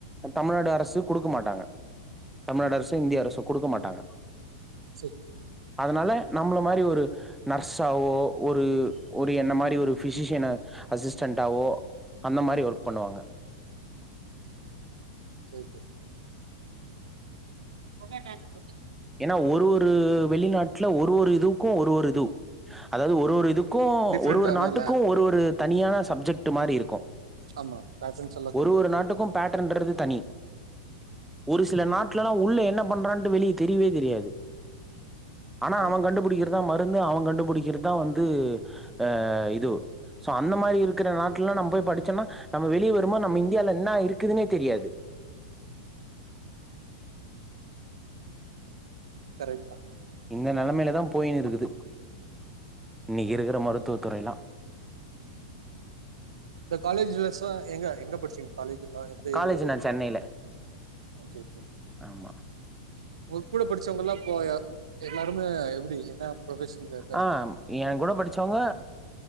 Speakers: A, in the centre; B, on the right.
A: தமிழ்நாடு அரசு குடுக்க மாட்டாங்க தமிழ்நாடு அரசோ இந்திய அரசோ குடுக்க மாட்டாங்க
B: சர்
A: அதுனால நம்மள மாரி ஒரு நர்ஸாவோ ஒரு ஒரு என்ன மாரி ரி ஒரு ஃபிஷிஷியன அசிஸ்டன்டாவோ அந்த மாரி ஒர்க் பண்ணுவாங்க
B: சரி சரி ஓகே டன் <unintelligible>
A: ஏனா ஒரு ஒரு வெளிநாட்டுல ஒரு ஒரு இதுக்கு ஒரு ஒரு இதுவ் அதாவது ஒரு ஒரு இதுக் கோ
B: டிஃப்ரெண்ட்
A: ஒரு ஒரு
B: ஆனால்
A: நாட்டுக்கு ஒரு ஒரு தனியான சப்ஜெக்ட் மாரி இருக்கு
B: ஆமா பேட்டர்ன்ஸ் எல்லாம்
A: ஒரு
B: கம்மி
A: ஒரு நாட்டுக்கு பேட்டன்ன்றது தனி ஒரு சில நாட்லல்லா உள்ள என்ன பண்றான்டு வெளிய தெரிவே தெரியாது ஆனா
B: ஆமா
A: அவன் கண்டுபுடிக்க எதா மருந்து அவன் கண்டுபிடிக்கிறது தா வந்து ஆ இது சோ அந்த மாரி இருக்குற நாட்டுலலா நம் போய் படிச்சோனா நம்ம வெளிய வரும்போ நம்ம இந்தியால என்ன இருக்குதுனே தெரியாது
B: கரெக்ட் தா
A: இந்த நெலைமையில தா போயினு இருக்குது இன்னைக்கு இருக்கிற மருத்துவ துறை லா
B: இந்த காலேஜ்ல சோ ஏங்க எங்க படிச்சுங்க காலேஜ் எல்லா எந்த
A: காலேஜ்
B: ஒவ்வொரு
A: நா சென்னையில
B: <unintelligible>
A: ஆமா
B: உங்க கூட படிச்சவங்கல்லா இப்போ எல்லாருமே எப்டி என்ன ப்ரொஃபஷன் <unintelligible>
A: ஆ ம் எங்கூட படிச்சவுங்க